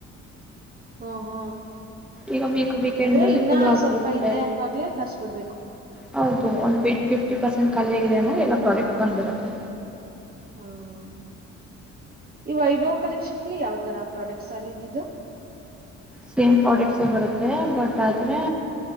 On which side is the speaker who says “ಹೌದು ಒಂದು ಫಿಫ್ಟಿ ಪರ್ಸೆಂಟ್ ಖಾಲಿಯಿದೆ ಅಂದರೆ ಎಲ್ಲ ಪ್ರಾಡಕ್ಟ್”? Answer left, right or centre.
Centre